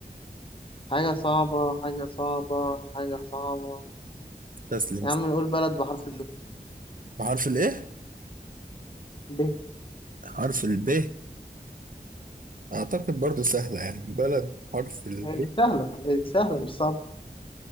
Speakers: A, on the left; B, on the right.
A: حاجة صعبة حاجة صعبة حاجة صعبة
B: تسلم
A: يا عم نقول بلد بحرف الب
B: بحرف الإيه؟
A: ب ب
B: حرف الب أعتقد برضو سهلة يعني بلد حرف الب
A: هي دي سهلة هي دي سهلة مش صعبة